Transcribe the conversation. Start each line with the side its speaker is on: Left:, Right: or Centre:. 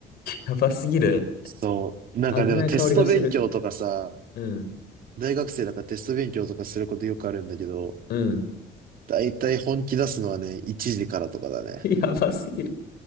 Left: やばすぎる。
Right: そう。なんかでもテスト勉強とかさ、
Left: 危ない香りがしてる。うん。
Right: 大学生だからテスト勉強とかすることよくあるんだけど、
Left: うん。
Right: だいたい本気出すのはね、1時からとかだね。
Left: <laughs> やばすぎる。